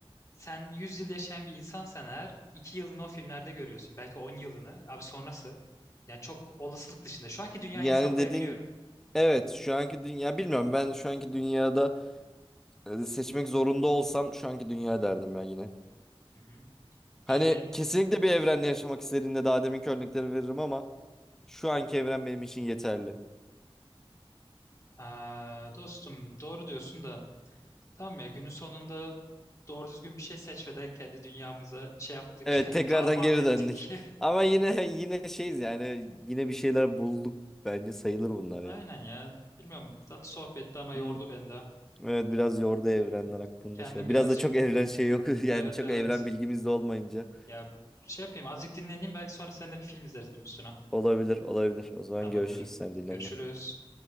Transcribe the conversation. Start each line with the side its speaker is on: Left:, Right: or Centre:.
Left: sen 100 yıl yaşayan bir insansan eğer 2 yılını o filmlerde görüyorsun. Belki 10 yılını abi sonrası. Yani çok olasılık dışında. Şu anki dünyayı
Centre: Yani
Left: hesaplayabiliyorum.
Centre: dediğin evet şu anki dünya bilmiyorum ben şu anki dünyada e, seçmek zorunda olsam şu anki dünya derdim ya yine.
Left: Hı hı.
Centre: Hani
Left: Yani benim
Centre: kesinlikle bir evrende yaşamak istediğimde daha deminki örnekleri veririm ama şu anki evren benim için yeterli.
Left: Aa, dostum doğru diyorsun da Tamam ya günün sonunda doğru düzgün bir şey seç ve de kendi dünyamıza şey yaptık.
Centre: Evet
Left: <laughs>
Centre: tekrardan
Left: Tamah
Centre: geri
Left: ettik.
Centre: döndük. Ama yine <laughs> yine şeyiz yani yine bir şeyler bulduk bence sayılır
Left: <laughs>
Centre: bunlar
Left: Aynen
Centre: ya.
Left: ya. Bilmiyorum. Tatlı sohbetti ama
Centre: Hı.
Left: yordu beni de.
Centre: Evet biraz yordu evrenler
Left: Hı hı.
Centre: hakkında
Left: Kendim
Centre: şey. Biraz
Left: birazcık
Centre: da çok evren şey yok <laughs> yani
Left: evet
Centre: çok
Left: evet.
Centre: evren bilgimiz de olmayınca.
Left: Ya şey yapayım azıcık dinleneyim belki sonra seninle bir film izleriz bunun üstüne.
Centre: Olabilir olabilir. O zaman
Left: Tamamdır.
Centre: görüşürüz sen dinlen.
Left: Görüşürüz.